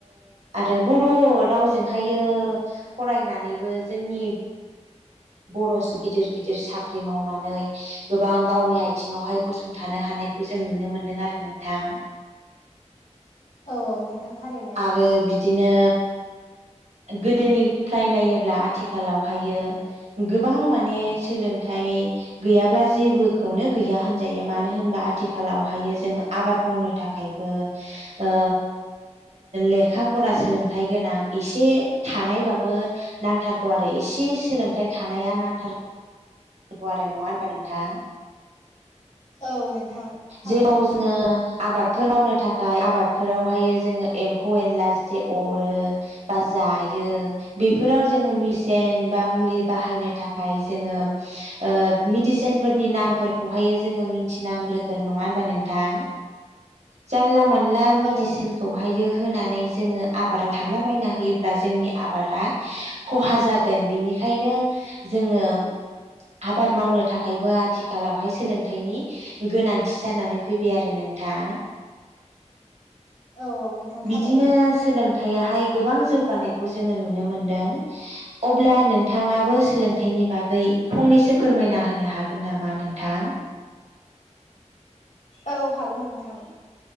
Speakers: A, on the right; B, on the left.
A: आरो बर रावजोंहायो फरायनानैबो जोंनि बर गिदिर-गिदिर साख्रि मावनानै गोबां गावनि आथिङावहाय गसंथानो हानायखौ जों नुनो मोनदों आरो नोंथां।
B: औ औ नोंथां थारैनो
A: आरो बिदिनो गोदोनिफ्राय नायोब्ला आथिखालावहायो गोबां माने सोलोंथाइ गैयाब्ला जेबोखौनो गैया होनजायो मानो होनबा आथिखालावहायो जोङो आबाद मावनो थाखायबो ओ लेखा फरा सोलोंथाइ गोनां एसे थानायबाबो नांथारगौ आरो एसे सोलोंथाइ थानाया नांथारगौ। गु आरो नङा नोंथां
B: औ नोंथां थारैनो
A: जेरावबो जोङो आबादफोर मावनो थाखाय आबादफोरावहायो जोङो एम्फौ एनला ज अरो बा जायो बेफोराव जोङो मेसेन बा मुलि बाहायनो थाखाय जोङो ओ मेडिसिन फोरनि नामफोरखौहायो जोङो मिथिनांग्रोगोन नङा होनबा नोंथां जानला मोनला मेदिसिनखौ
B: औ
A: हायो होनानै जोङो आबादाव खारलाबायायना होयोब्ला जोंनि आबादा खहा जागोन बिनिखायनो जोङो आबाद मावनो थाखायबो आथिखालावहाय सोलोंथायाइनि गोनांथि जानानै फैबाय आरो नोंथां।
B: औ औ नोंथां
A: बिदिनो
B: थारैनो
A: सोलोंथाइ <unintelligible> हाय गोबां जौगानायखौ जोङो नुनो मोनदों। अब्ला नोंथाङाबो सोलोंथाइनि बागै फंनैसो फोरमायना होनो हागोन नामा नोंथां?
B: औ हागोन नोंथां।